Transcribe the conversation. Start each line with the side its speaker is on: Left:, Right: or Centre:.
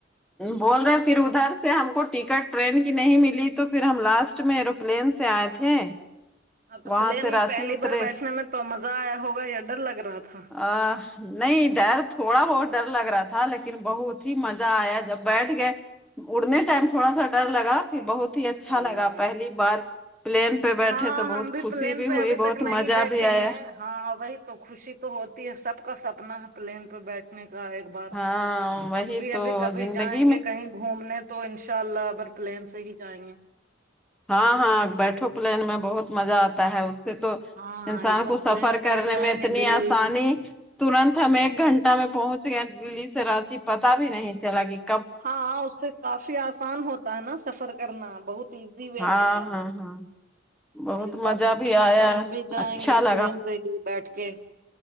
Centre: بول رہے ہیں پھر ادھر سے ہم کو ٹکٹ ٹرین کی نہیں ملی تو پھر ہم لاسٹ میں ایرو پلین سے آئے تھے
Right: ہاں تو
Centre: وہاں
Right: پلین
Centre: سے رانچی
Right: میں پہلی
Centre: اترے
Right: بار بیٹھنے میں تو مزہ آیا ہوگا یا ڈر لگ رہا تھا
Centre: ا نہیں ڈر تھوڑا بہت ڈر لگ رہا تھا لیکن بہت ہی م زہ آیا جب بیٹھ گئے اڑنے ٹائم تھوڑا سا ڈر لگا پھر بہت ہی اچھا
Right: تھا
Centre: لگا پہلی بار پلین پہ بیٹھے
Right: ہاں
Centre: تو بہت
Right: ہم
Centre: خوشی
Right: پلین
Centre: بھی
Right: پہ
Centre: ہوئی
Right: ابھی
Centre: بہت
Right: تک نہیں
Centre: مزہ
Right: بیٹھے
Centre: بھی
Right: ہیں
Centre: آیا
Right: ہاں وہی تو خوشی تو ہوتی ہے سب کا سپنا ہے پلین پہ بیٹھنے کا ایک ا بار
Centre: ہاں وہی
Right: ہم بھی
Centre: تو
Right: ابھی کبھی
Centre: زندگی
Right: جائیں گے
Centre: میں
Right: کہیں گھومنے تو انشاء اللہ اب اگر پلین سے ہی جائیں گے
Centre: ہاں ہاں بیٹھو پلین میں بہت مزہ آتا ہے تو
Right: ہاں
Centre: انسان
Right: اس بار
Centre: کو
Right: پلین
Centre: سفر کرنے
Right: سے ہی جائیں
Centre: میں اتنی
Right: گے دلی
Centre: آسانی ترنت ہم ایک گھنٹہ میں پہنچ گیا دلی سے راچی پتا بھی نہیں چلا کی
Right: ہاں اس سے کافی آسان ہوتا ہے نا سفر کرنا بہت ایزی وے
Centre: ہاں
Right: میں ہے
Centre: ہاں ہاں بہت
Right: اس بار
Centre: مزہ بھی
Right: اس
Centre: آیا
Right: بار ہم بھی جائیں
Centre: اچھا
Right: گے
Centre: لگا
Right: پلین سے ہی بیٹھ کے